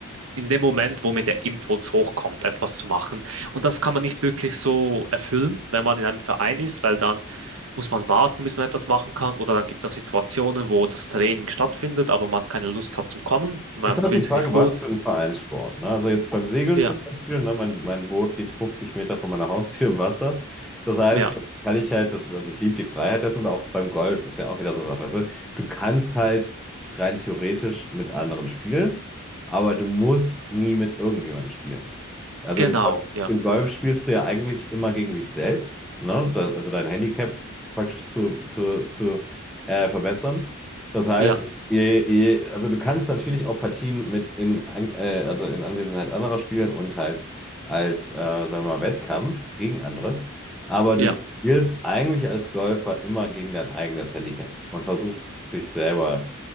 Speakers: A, on the right (about 70°); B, in the centre.
A: in dem Moment, wo mir der Impuls hochkommt, etwas zu machen. Und das kann man nicht wirklich so erfüllen, wenn man in einem Verein ist, weil dann muss man warten, bis man etwas machen kann. Oder dann gibt es auch Situationen, wo das Training stattfindet, aber man keine Lust hat zum Kommen. Man
B: Es ist halt
A: fühlt
B: die Frage,
A: sich nicht gut.
B: was für ein Vereinssport. Ne? Also jetzt beim Segeln
A: Ja,
B: zum Beispiel, ne? Mein, mein Boot liegt 50 Meter von meiner Haustür im Wasser. Das heißt,
A: ja,
B: da kann ich halt, das, also ich liebe die Freiheit dessen und auch beim Golf ist ja auch wieder so eine Sache. Weißt du? Du kannst halt rein theoretisch mit anderen spielen, aber du musst nie mit irgendjemandem spielen. Also
A: genau,
B: im Golf,
A: ja,
B: im Golf spielst du ja eigentlich immer gegen dich selbst, ne? Da, also dein Handicap praktisch zu, zu, zu äh, verbessern. Das heißt,
A: ja,
B: Je, je, also du kannst natürlich auch Partien mit in, An- äh, also in Anwesenheit anderer spielen und halt als, äh, sagen wir mal, Wettkampf gegen andere. Aber du
A: ja,
B: spielst eigentlich als Golfer immer gegen dein eigenes Handicap und versuchst dich selber